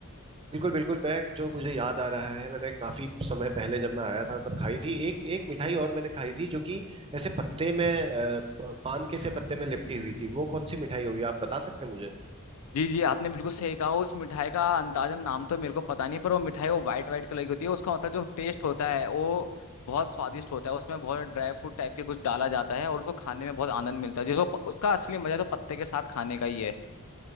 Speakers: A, on the right; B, on the left.
A: बिल्कुल बिल्कुल मैं जो मुझे याद आ रहा है मैंने काफी समय पहले जब मैं आया था तब खाई थी एक एक मिठाई और मैंने खाई थी जो कि ऐसे पत्ते में अ, प- पान के से पत्ते में लिपटी हुई थी वो कौन सी मिठाई होगी आप बता सकते हैं मुझे
B: जी जी आपने बिल्कुल सही कहा उस मिठाई का अंदाजन नाम तो मेरे को पता नहीं पर वो मिठाई वो वाइट वाइट कलर की होती है उसका मतलब जो टेस्ट होता है वो बहुत स्वादिष्ट होता है उसमें बहुत ड्राई फ्रूट टाइप के कुछ डाला जाता है और उसको खाने में बहुत आनंद मिलता है जिसको प- उसका असली मजा तो पत्ते के साथ खाने का ही है